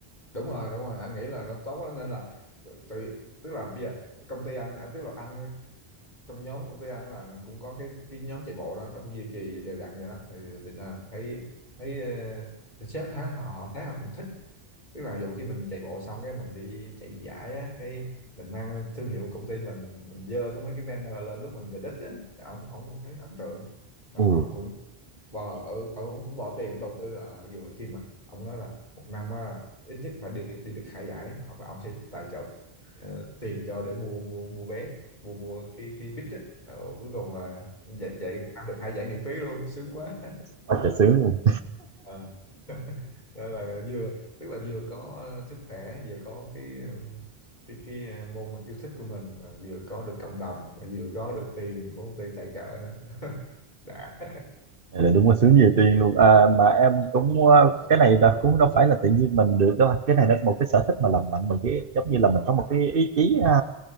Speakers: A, on the left (about 45°); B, on the right (about 60°).
A: đúng rồi đúng rồi anh nghĩ là nó tốt quá nên là tự, tự- tức là bây giờ công ty anh à, tức là anh trong nhóm công ty anh là nó cũng có cái cái nhóm chạy bộ đó nó cũng duy trì đều đặn vậy đó thì thì là thấy thấy, ờ, thì sếp thấy họ họ thấy họ cũng thích tức là dù khi mình chạy bộ xong cái mình đi chạy giải á cái mình mang thương hiệu công ty mình mình dơ cái mấy cái banner lên lúc mình về đích á thì ổng ổng thấy ấn tượng xong
B: ừ,
A: ổng cũng bò ở ổng cũng bỏ tiền ổng đầu tư là dù khi mà ổng nói là một năm á, ít nhất phải đi đi được hai giải ổng phải ổng sẽ tài trợ ờ, tiền cho để mua mua mua vé mua mua cái cái bít á Ờ, cuối cùng là chạy chạy ăn được hai giải miễn phí luôn sướng quá
B: quá trời sướng luôn
A: <laughs> đó là vừa tức là vừa có ờ, sức khỏe vừa có cái ờ, cái cái ờ, môn yêu thích của mình và vừa có được cộng đồng và vừa có được tiền của công ty tài trợ nữa <laughs> đã
B: này là đúng là sướng nhiều tiền luôn à, mà em cũng ờ, cái này là cũng đâu phải là tự nhiên mình được đâu anh. cái này là một cái sở thích mà làm mạnh mình cái giống như là mình có một cái ý chí à,